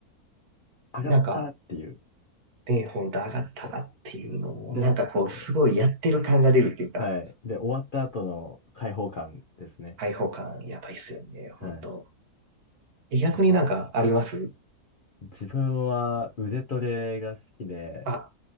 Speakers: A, on the left (about 55°); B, on the right (about 70°).
A: 上がったっていう
B: なんかね、ほんと上がったっていうのも、
A: 感じと。で、
B: なんかこうすごいやってる感が出るっていうか、
A: あと、はい。で、終わった後の解放感ですね。
B: 開放感やばいっすよね、ほんと。
A: はい。め
B: え逆になんかあります
A: ちゃめちゃわかります。自分は腕トレが好きで、
B: あ、